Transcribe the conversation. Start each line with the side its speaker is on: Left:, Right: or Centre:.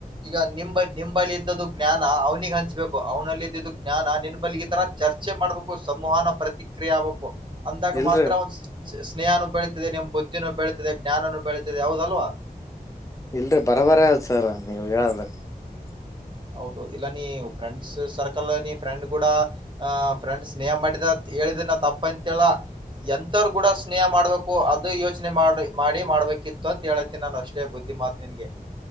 Right: ಈಗ ನಿಮ್ ನಿಮ್ಮ ಬಳಿ ಇದ್ದದು ಜ್ಞಾನ ಅವ್ನಿಗೆ ಹಂಚ್ಬೇಕು ಅವನಲ್ಲಿ ಇದ್ದಿದ್ದು, <unintelligible> ಜ್ಞಾನ ನಿನ್ ಬಳಿ ಈತರಾ ಚರ್ಚೆ ಮಾಡ್ಬೇಕು ಸಂವಹನ ಪ್ರತಿಕ್ರಿಯೆ ಆಗ್ಬೇಕು ಅಂದಾಗ
Left: ಇಲ್ರಿ
Right: ಮಾತ್ರ ಒಂದ <unintelligible> ಸ್ನೇಹನು ಬೆಳೀತಿದೆ ನಿಮ್ಮ ಬುದ್ಧಿನೂ ಬೆಳೀತಿದೆ ಜ್ಞಾನನು ಬೆಳೀತದೆ ಹೌದಲ್ಲೋ?
Left: ಇಲ್ರರಿ ಬರಬರ ಅದ ಸರ್ ನೀವ ಹೇಳದರಲ್ಲಿ <unintelligible>
Right: ಹೌದು ಹೌದು ಇಲ್ಲ ನೀ ಫ್ರೆಂಡ್ಸ್ ಸರ್ಕಲ್ ನೀ ಫ್ರೆಂಡ್ ಕೂಡ ಅ ಫ್ರೆಂಡ್ ಸ್ನೇಹ ಮಾಡಿದ ಹೇಳಿದನ ತಪ್ಪ ಅಂತಿಯಲ್ಲ? ಎಂತರು ಕೂಡ ಸ್ನೇಹ ಮಾಡಬೇಕು ಅದು ಯೋಚನೆ ಮಾಡ ಮಾಡಿ ಮಾಡ್ಬೇಕಿತ್ತು ಅಂತ ಹೇಳತನಿ ನಾನು ಅಷ್ಟೇ ಬುದ್ಧಿ. ಮಾತ್ ನಿಂಗೆ. <unintelligible>